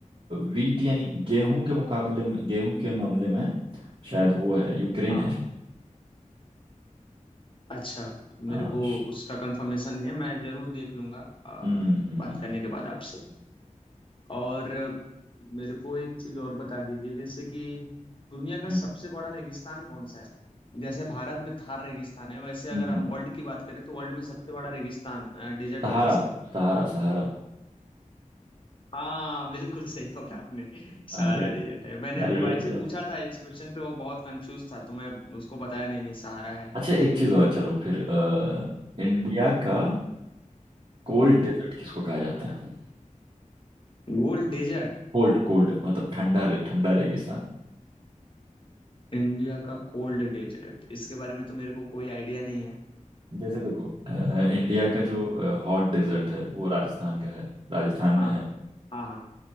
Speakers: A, on the right; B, on the left.
A: वीट यानी गेहूं के मुकाबले में गेहूं के मामले में शायद वो है यूक्रेन
B: हाँ
A: है
B: हाँ
A: शायद
B: अच्छा
A: हाँ
B: मेरे को
A: श-
B: उसका कंफर्मेशन नहीं है मैं जरूर देख लूंगा आ,
A: हम्म हम्म
B: बात करने के बाद आपसे और मेरे को एक चीज और बता दीजिए जैसे कि दुनिया का
A: हम्म,
B: सबसे
A: हम्म,
B: बड़ा रेगिस्तान कौन सा है जैसे भारत में थार रेगिस्तान है वैसे अगर
A: हम्म, हम्म।
B: हम वर्ल्ड की बात करें तो वर्ल्ड में सबसे बड़ा रेगिस्तान डेजर्ट
A: सहारा
B: कौन सा है
A: सहारा सहारा
B: हाँ बिल्कुल सही पकड़ा आपने सहारा
A: अरे
B: डेजर्ट है मैंने अपने
A: अरे
B: भाई
A: ये तो
B: से पूछा था इस क्वेश्चन पे वो बहुत कंफ्यूज था तो मैं उसको बताया नहीं नहीं सहारा है
A: अच्छा एक चीज और चलो फिर अ, इंडिया का कोल्ड
B: हम्म
A: डेजर्ट किसको कहा जाता है
B: गोल्ड डेजर्ट
A: कोल्ड कोल्ड मतलब ठंडा रे ठंडा रेगिस्तान
B: इंडिया का कोल्ड डेजर्ट इसके बारे में तो मेरे को कोई आइडिया नहीं है
A: जैसे देखो अ, इंडिया का जो हॉट डेजर्ट है वो राजस्थान का है राजस्थान में
B: हाँ
A: है
B: हाँ हाँ